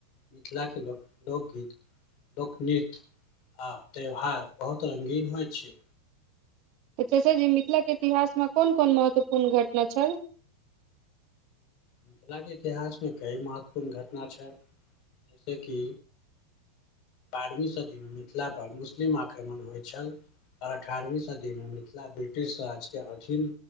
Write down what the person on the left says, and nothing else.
मिथिलाके लोक लोकगीत लोकनृत्य आ त्यौहार बहुत रंगिन होइत छै
मिथिलाके इतिहासमे कई महत्वपूर्ण घटना छल। जैसे कि बारमी सदीमे मिथिलापर मुस्लिम आक्रमण होइ छल आ अठारवी सदी मे मिथिला ब्रिटिश राज्वाज के अधीन